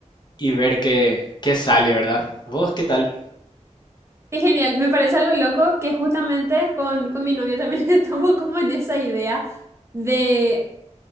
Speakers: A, on the left; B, on the right.
A: y ver qué, qué sale, ¿verdad? ¿Vos qué tal?
B: Es genial, me parece algo loco que justamente con, con mi novio también <laughs> estamos como en esa idea de